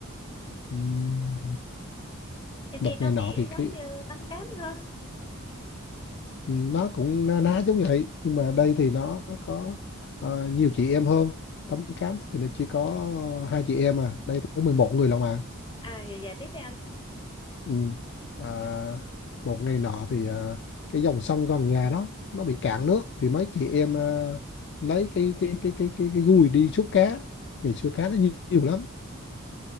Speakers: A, on the left; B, on the left.
A: Ừm,
B: em
A: một
B: nghe nó
A: ngày
B: bị
A: nọ thì cái
B: giống như tánh cám hơn.
A: Ừ, nó cũng na ná giống vậy nhưng mà đây thì nó có ờ, nhiều chị em hơn tấm cám thì nó chỉ có hai chị em à đây tới 11 người lận mà
B: À dạ dạ tiếp đi anh.
A: ừ. à, một ngày nọ thì à, cái dòng sông gần nhà đó nó bị cạn nước thì mấy chị em à, lấy cái cái cái cái cái cái gùi đi xúc cá ngày xưa cá nó nhiều, nhiều lắm